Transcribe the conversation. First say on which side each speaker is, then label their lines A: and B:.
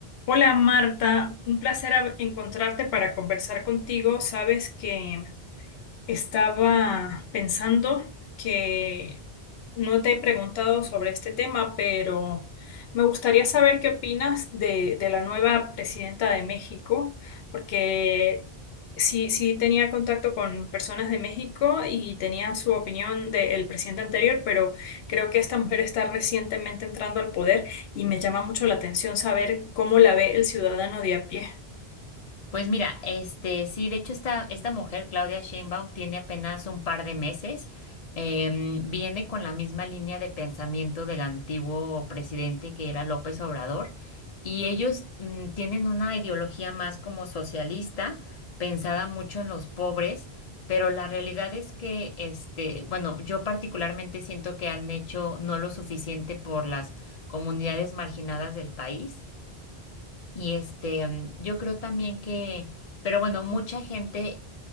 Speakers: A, on the left; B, on the left.
A: Hola Marta, un placer hab- encontrarte para conversar contigo. Sabes que estaba pensando que no te he preguntado sobre este tema, pero me gustaría saber qué opinas de, de la nueva presidenta de México, porque sí, sí tenía contacto con personas de México y tenían su opinión del presidente anterior, pero creo que esta mujer está recientemente entrando al poder y me llama mucho la atención saber cómo la ve el ciudadano de a pie.
B: Pues mira, este, sí, de hecho esta, esta mujer, Claudia Sheinbaum, tiene apenas un par de meses, em, viene con la misma línea de pensamiento del antiguo presidente que era López Obrador, y ellos mm, tienen una ideología más como socialista, pensada mucho en los pobres, pero la realidad es que, este, bueno, yo particularmente siento que han hecho no lo suficiente por las comunidades marginadas del país. Y este, mm, yo creo también que, pero bueno, mucha gente